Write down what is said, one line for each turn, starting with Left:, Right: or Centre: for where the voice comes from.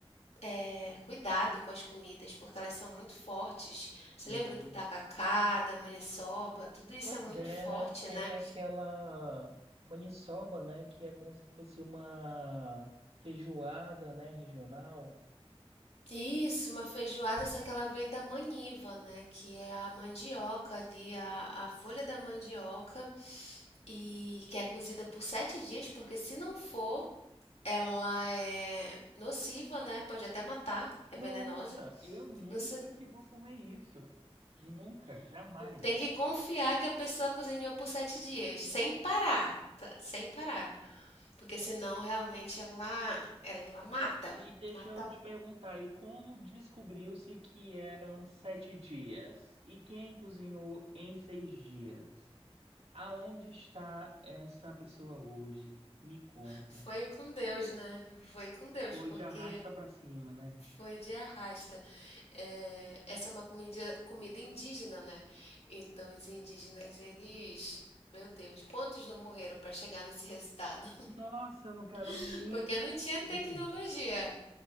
Left: é, cuidado com as comidas, porque elas são muito fortes. Você
Right: sim.
Left: lembra do tacacá, da maniçoba? Tudo isso
Right: Pois
Left: é muito
Right: é,
Left: forte,
Right: né? Tem
Left: né?
Right: aquela maniçoba, né? Que é como se fosse uma feijoada, né? Regional.
Left: Isso, uma feijoada, só que ela vem da maniva, né? Que é a mandioca ali, a, a folha da mandioca, e que é cozida por sete dias, porque se não for, ela é nociva, né? Pode até matar, é
Right: Nossa,
Left: venenosa.
Right: eu nunca
Left: Não se-
Right: que vou comer isso. Nunca, jamais.
Left: Tem que confiar que a pessoa cozinhou por sete dias, sem parar, tá? Sem parar, porque senão realmente ela, ela mata.
Right: E deixa
Left: Mata
Right: eu
Left: um.
Right: te perguntar aí, como descobriu-se que eram sete dias? E quem cozinhou em seis dias? Aonde está essa pessoa hoje? Me conta.
Left: <laughs> foi com Deus, né? Foi com Deus,
Right: Foi
Left: porque
Right: de arrasta pra cima, né?
Left: Foi de arrasta. É, essa é uma comida, comida indígena, né? Então, os indígenas, eles. Meu Deus, quantos não morreram para chegar nesse resultado?
Right: Nossa, eu não quero
Left: <laughs>
Right: nem
Left: Porque
Right: pensar
Left: não tinha
Right: nisso.
Left: tecnologia.